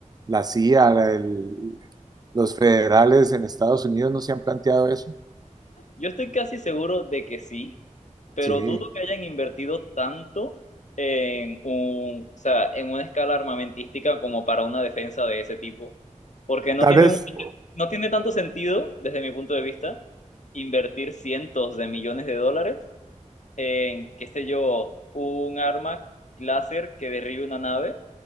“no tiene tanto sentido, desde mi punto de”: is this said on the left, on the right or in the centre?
Left